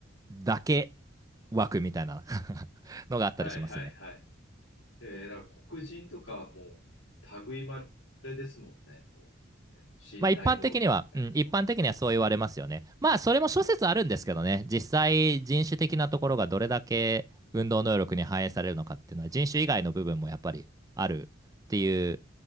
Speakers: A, on the right; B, on the left.
A: だけ枠みたいな <laughs> のがあったりしますね。
B: はいはいはい。えー、だから黒人とかはもう、類いまれですもんね。もう、えっと、身体能力みたいなのは。
A: まあ一般的には、うん、一般的にはそう言われますよね。まあそれも諸説あるんですけどね、
B: うん。
A: 実際人種的なところがどれだけ運動能力に反映されるのかっていうのは人種以外の部分もやっぱりあるっていう、